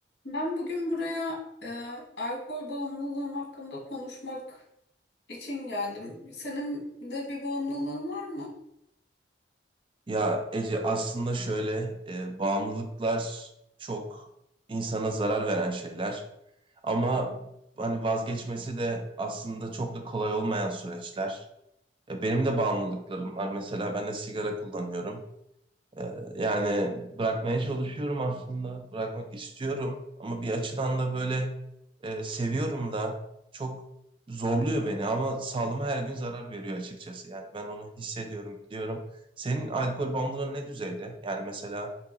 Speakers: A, on the left; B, on the right.
A: Ben bugün buraya e, alkol bağımlılığım hakkında konuşmak için geldim. Senin de bir bağımlılığın var mı?
B: Ya Ece aslında şöyle e, bağımlılıklar çok insana zarar veren şeyler ama hani vazgeçmesi de aslında çok da kolay olmayan süreçler. E, benim de bağımlılıklarım var. Mesela ben de sigara kullanıyorum. Ee, Yani bırakmaya çalışıyorum aslında. Bırakmak istiyorum ama bir açıdan da böyle e, seviyorum da çok zorluyor beni ama sağlığıma her gün zarar veriyor açıkçası. Yani ben onu hissediyorum, biliyorum. Senin alkol bağımlılığın ne düzeyde? Yani mesela